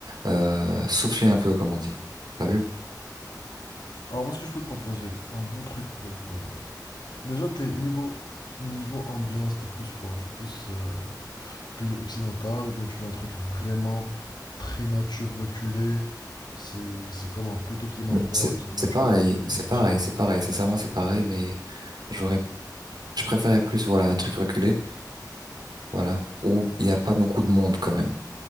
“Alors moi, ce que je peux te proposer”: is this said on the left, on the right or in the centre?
Left